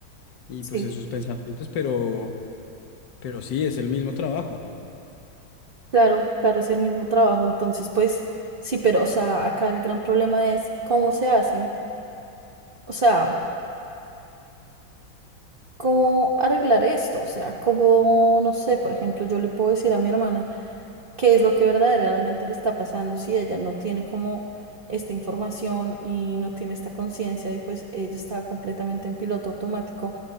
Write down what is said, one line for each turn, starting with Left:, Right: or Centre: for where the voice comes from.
Left: y
Right: sí.
Left: pues en sus pensamientos, pero, pero sí, es el mismo trabajo.
Right: Claro, claro, es el mismo trabajo. Entonces, pues sí, pero, o sea, acá el gran problema es cómo se hace, o sea, cómo arreglar esto, o sea, cómo, no sé, por ejemplo, yo le puedo decir a mi hermana qué es lo que verdaderamente le está pasando si ella no tiene como esta información y no tiene esta conciencia y pues ella está completamente en piloto automático.